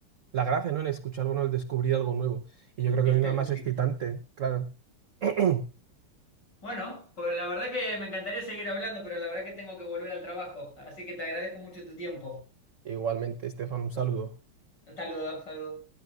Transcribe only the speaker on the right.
la gracia, ¿no? En escuchar algo, en el descubrir algo nuevo. Y yo creo
que no hay nada
más
excitante, claro. <clears throat>
Igualmente, Estefan, un saludo.